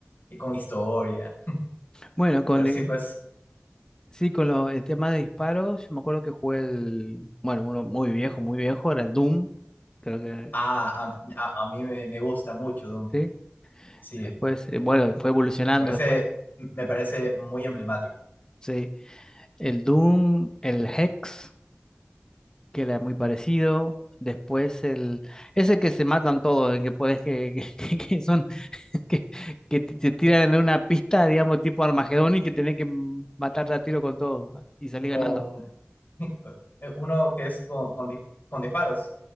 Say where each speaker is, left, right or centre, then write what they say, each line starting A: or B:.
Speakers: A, on the left; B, on the left.
A: con historia.
B: Bueno, con
A: Pero sí,
B: eh,
A: pues,
B: Sí, con lo- el tema de disparos, yo me acuerdo que jugué el, bueno, uno muy viejo, muy viejo, era el Doom, creo que,
A: a, a, a- a mí me, me gusta mucho Doom.
B: sí,
A: Sí,
B: después, eh, bueno, fue evolucionando
A: me parece,
B: después,
A: me parece muy emblemático.
B: sí, el Doom, el Hex, que era muy parecido, después el, ese que se matan todos, el que puedes, que, que, <laughs> que son, que, que te te tiran en una pista, digamos, tipo Armagedón y que tenés que matarte a tiro con todo y salir
A: Con
B: ganando,
A: <laughs> uno que es con, con, dis- con disparos